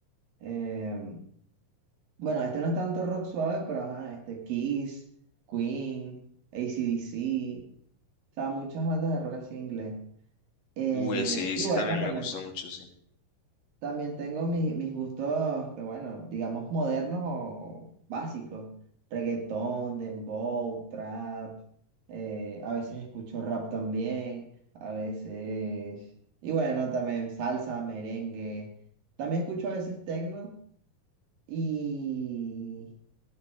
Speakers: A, on the right; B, on the left.
A: em, bueno, este no es tanto rock suave, pero ajá, este Kiss, Queen, AC/DC, o sea, muchas bandas de rock así en inglés. Eh,
B: Uy, sí,
A: y
B: sí,
A: bueno,
B: también
A: también.
B: me gusta mucho, sí.
A: También tengo mis, mis gustos, que bueno, digamos modernos o, o básicos. Reggaetón, dembow, trap. eh, a veces escucho rap también. A veces. Y bueno, también salsa, merengue. También escucho a veces tecno y,